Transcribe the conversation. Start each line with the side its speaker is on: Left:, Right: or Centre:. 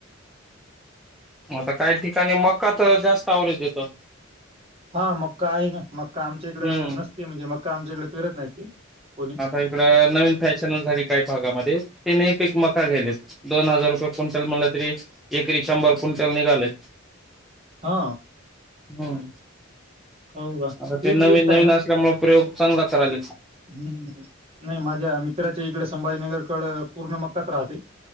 Centre: आता काही ठिकाणी मका तर जास्त ऍव्हरेज देतो
Right: हा मक्का आहे ना मक्का आमच्या
Centre: हम्म
Right: इकडे नसते म्हणजे मक्का आमच्याकडे पेरत नाही ती कोणी
Centre: इकड नवीन फॅशनचं झाली काही भागामध्ये तेनेही पीक मका केलेत दोन हजार रुपये क्विंटल म्हणलं तरी एकरी शंभर क्विंटल निघालेत.
Right: हा
Centre: हम
Right: हो का?
Centre: आता ते नवीन
Right: बी बेस्ट
Centre: नवीन असल्यामुळे प्रयोग चांगला करालेत
Right: हम् नाही माझ्या मित्राच्या इकडं संभाजीनगरकडं पूर्ण मक्काचं राहते